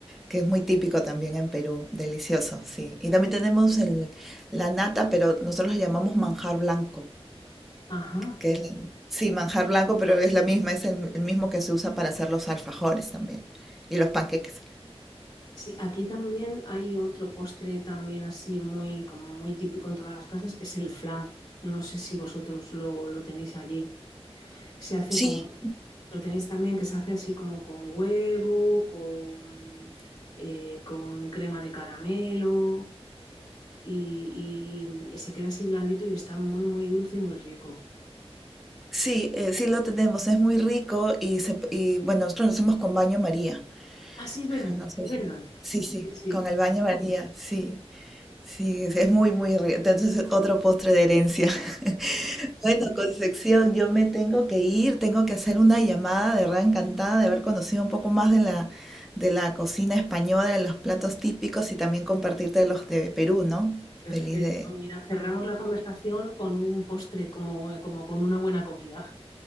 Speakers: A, in the centre; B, on the left.
A: Que es muy típico también en Perú, delicioso, sí. Y también tenemos el, la nata, pero nosotros lo llamamos manjar blanco,
B: Ajá.
A: que es, la- sí, manjar blanco, pero es la misma, es el, el mismo que se usa para hacer los alfajores también y los panqueques.
B: Sí, aquí también hay otro postre también así muy, como muy típico en todas las casas, que es el flan. No sé si vosotros lo, lo tenéis allí. Se hace
A: Sí,
B: con, lo tenéis también que se hace así como con huevo, con, eh, con crema de caramelo y, y- se queda así blandito y está muy, muy dulce y muy rico.
A: Sí, eh, sí lo tenemos, es muy rico y, se- y bueno, nosotros lo hacemos con baño María.
B: Ah, sí, es verdad,
A: No sé
B: es
A: si-
B: verdad.
A: Sí, sí,
B: Sí, sí,
A: con el baño María, sí, sí, es muy, muy rico. Entonces, otro postre de herencia. <laughs> Bueno, Concepción, yo me tengo que ir, tengo que hacer una llamada de verdad encantada de haber conocido un poco más de la, de la cocina española, de los platos típicos y también compartirte los de Perú, ¿no?
B: perfecto.
A: Feliz de...
B: Mira, cerramos la conversación con un postre, como, como con una buena comida.